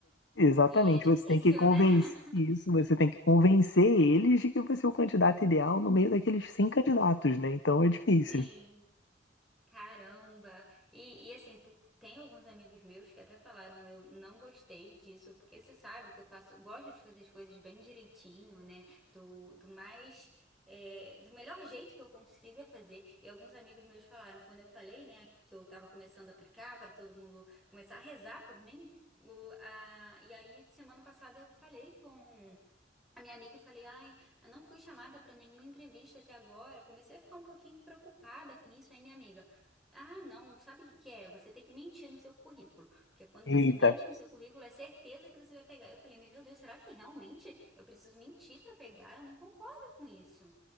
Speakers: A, on the left; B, in the centre.
A: Exatamente,
B: E é difícil,
A: você tem que convencer
B: né? <laughs>
A: isso, você tem que convencer eles de que você é o candidato ideal no meio daqueles 100 candidatos, né? Então é difícil.
B: Sim, caramba. E, e assim, te- tem alguns amigos meus que até falaram, eu não gostei disso, porque você sabe que eu faço, eu gosto de fazer as coisas bem direitinho, né? Do, do mais, é, do melhor jeito que eu consiga fazer. E alguns amigos meus falaram, quando eu falei, né, que eu tava começando a aplicar para todo mundo começar a rezar por mim, o, a, e aí semana passada eu falei com a minha amiga e falei, ai, eu não fui chamada para nenhuma entrevista até agora. Comecei a ficar um pouquinho preocupada com isso. Aí minha amiga, ah, não, sabe o que que é? Você tem que mentir no seu currículo. Porque quando
A: Eita.
B: você mente no seu currículo, é certeza que você vai pegar. Eu falei, meu Deus, será que realmente eu preciso mentir para pegar? Eu não concordo com isso.